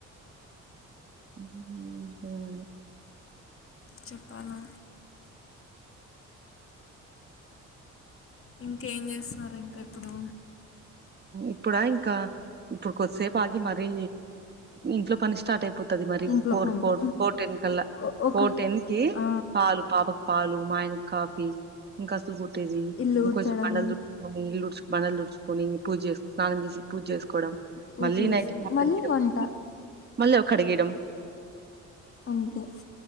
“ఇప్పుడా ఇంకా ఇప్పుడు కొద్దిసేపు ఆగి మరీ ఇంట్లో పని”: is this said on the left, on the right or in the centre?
Right